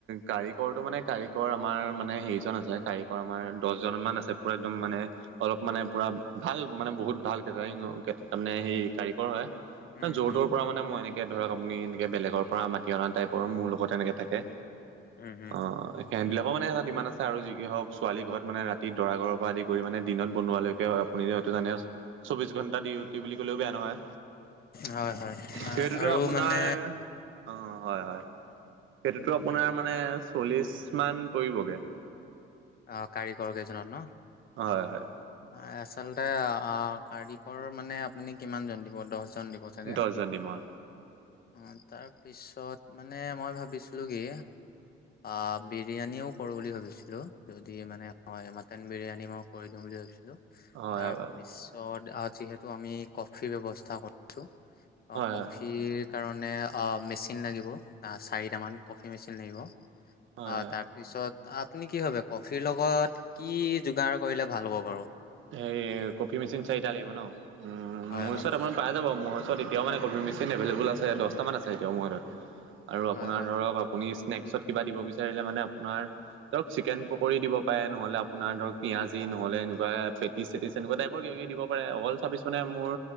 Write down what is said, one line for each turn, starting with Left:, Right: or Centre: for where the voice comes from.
Right: কাৰিকৰটো মানে কাৰিকৰ আমাৰ মানে হেৰিজন আছে, কাৰিকৰ আমাৰ দহজন মান আছে পুৰা একদম মানে অলপ মানে পুৰা ভাল, মানে বহুত ভাল কেটাৰিং তাৰমানে সেই কাৰিকৰ হয়,
Left: উম
Right: মনে য'ৰ-ত'ৰ
Left: উম
Right: পৰা মানে মই এনেকে ধৰক আপুনি এনেকে বেলেগৰ পৰা মাতি অনা টাইপৰ মোৰ লগত এনেকে থাকে।
Left: উম উম
Right: অ', অ'। সেহতবিলাকৰ মানে এটা ডিমান্দ আছে আৰু যি হওক ছোৱালী ঘৰত মানে ৰাতি দৰা ঘৰৰ পৰা আদি কৰি মানে দিনত বনোৱালৈকে। আপুনি যিহেতু জানে, চৌবিশ ঘণ্টা ডিউটি বুলি ক'লেও বেয়া হয়,
Left: হয় হয় আ
Right: সেইটোতো
Left: আৰু
Right: আপোনাৰ
Left: মানে
Right: অ', হয়, হয়। সেইটোতো আপোনাৰ মানে চল্লিশ মান পৰিবগে।
Left: অ', কাৰিকৰ কেইজনত ন'?
Right: হয়, হয়।
Left: আচলতে কাৰিকৰ মানে আপুনি কিমানজন দিব, দহজন দিব চাগে!
Right: দহজন
Left: অ',
Right: দিমৰ
Left: তাৰপিছত মানে মই ভাবিছিলো কি অ', বিৰিয়ানিও কৰো বুলি ভাবিছিলো, যদি মানে হয়, মটন বিৰিয়ানী মই কৰি দিওঁ বুলি ভাবিছিলো।
Right: হয়
Left: তাৰপিছত
Right: হয়
Left: যিহেতু আমি কফিৰ ব্যৱস্থা কৰিছো। অ',
Right: হয়
Left: কফিৰ
Right: হয়
Left: কাৰণে মেচিন লাগিব চাৰিটামান কফি মেচিন লাগিব।
Right: হয়
Left: অ',
Right: হয়
Left: তাৰপিছত আপুনি কি ভাবে কফিৰ লগত কি যোগাৰ কৰিলে ভাল হ'ব বাৰু?
Right: হেই কফি মেচিন চাৰিটা লাগিব ন', উম,
Left: হয়
Right: মোৰ
Left: হয়
Right: ওচৰত আপোনৰ পাই যাব। মোৰ ওচৰত এতিয়াও মানে কফি মেচিন এভেইলেবল আছে দহটামান আছে এতিয়াও মোৰ হাতত। আৰু আপোনাৰ
Left: হয় হয়
Right: ধৰক আপুনি স্নেকচত কিবা দিব বিচাৰিলে মানে আপোনাৰ ধৰক চিকেন পকৰি দিব পাৰে, নহ'লে আপোনাৰ ধৰক পিযয়াজি, নহ'লে এনেকুৱা পেটিছ-চেটিছ, এনেকুৱা টাইপৰ দিব পাৰে। অকল চাব্বিছ মানে মোৰ